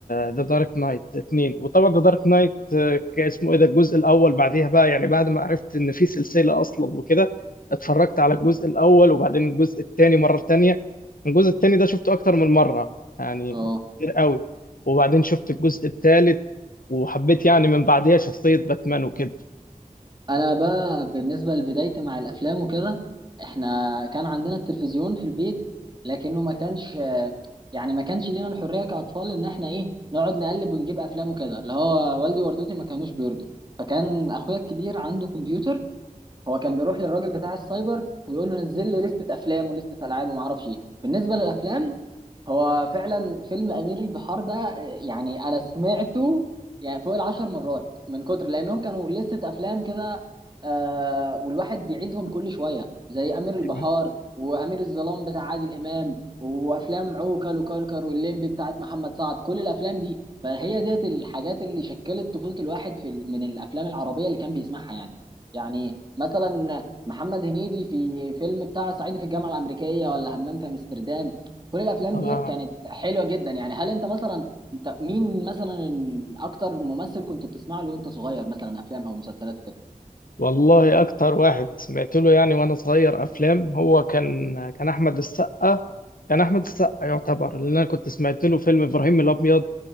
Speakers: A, on the left; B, on the right.
A: ذا دارك نايت اتنين وطبعا ذا دارك نايت اسمه ايه ده الجزء الاول بعديها بقى يعني بعد ما عرفت ان في سلسله اصلا وكده اتفرجت على الجزء الاول وبعدين الجزء الثاني مره ثانيه الجزء الثاني ده شفته اكتر من مره يعني
B: اه
A: كتير قوي وبعدين شفت الجزء الثالث وحبيت يعني من بعديها شخصية باتمان وكده
B: انا بقى بالنسبه لبدايتي مع الافلام وكده احنا كان عندنا التلفزيون في البيت لكنه ما كانش يعني ما كانش لينا الحريه كاطفال ان احنا ايه نقعد نقلب ونجيب افلام وكده اللي هو والدي ووالدتي ما كانوش بيرضوا فكان اخويا الكبير عنده كمبيوتر هو كان بيروح للراجل بتاع السايبر ويقول له نزل لي لستة افلام ولستة العاب وما اعرفش ايه بالنسبه للافلام هو فعلا فيلم امير البحار ده آه، يعني انا سمعته يعني فوق العشر مرات من كتر لانهم كانوا لستة افلام كده آه والواحد بيعيدهم كل شويه زي امير البحار
A: ايوه
B: وامير الظلام بتاع عادل امام وافلام عوكل وكركر واللمبي بتاعت محمد سعد كل الافلام دي فهي ديت الحاجات اللي شكلت طفوله الواحد في ال- من الافلام العربيه اللي كان بيسمعها يعني يعني مثلا محمد هنيدي في فيلم بتاع صعيدي في الجامعه الامريكيه ولا همام في امستردام كل الافلام
A: آه.
B: ديت كانت حلوه جدا يعني هل انت مثلا انت مين مثلا ال- اكتر ممثل كنت بتسمع له وانت صغير مثلا افلام او مسلسلات وكده
A: والله أكتر واحد سمعت له يعني وأنا صغير أفلام هو كان كان أحمد السقا كان أحمد السقا يعتبر لأن أنا كنت سمعت له فيلم إبراهيم الأبيض